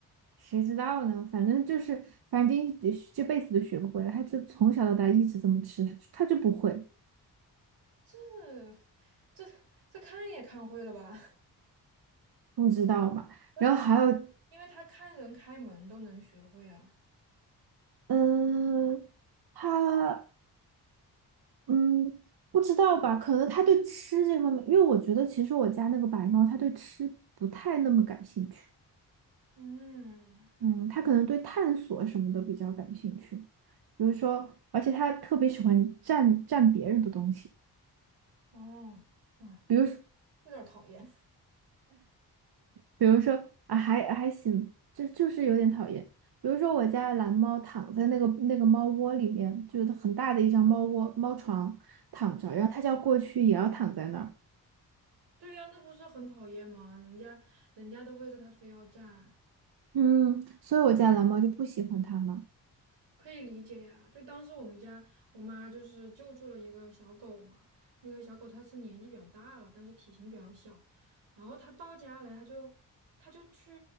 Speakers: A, on the right; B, on the right.
A: 谁知道呢？反正就是，反正这这辈子都学不会了。他就从小到大一直这么吃，他就他就不会，
B: 这这这看也看会了吧？
A: 不知道嘛。
B: 呃
A: 然后还有，
B: 因为他看人开门都能学会啊。
A: 嗯，他嗯不知道吧？可能他对吃这方面，因为我觉得其实我家那个白猫，它对吃不太那么感兴趣。
B: 嗯，
A: 嗯，它可能对探索什么的比较感兴趣，比如说，而且它特别喜欢占占别人的东西。
B: 哦，啊，这有点儿讨厌。
A: 比如比如说啊，还还行，就就是有点讨厌。比如说我家的蓝猫躺在那个那个猫窝里面，就是很大的一张猫窝猫床躺着，
B: 嗯，
A: 然后它叫过去也要躺在那儿。
B: 对呀，那不是很讨厌吗？人家人家的位置他非要占。
A: 嗯，所以我家蓝猫就不喜欢它嘛。
B: 可以理解呀，就当时我们家我妈就是救助了一个小狗嘛，那个小狗它是年纪比较大了，但是体型比较小，然后它到家来，它就它就去，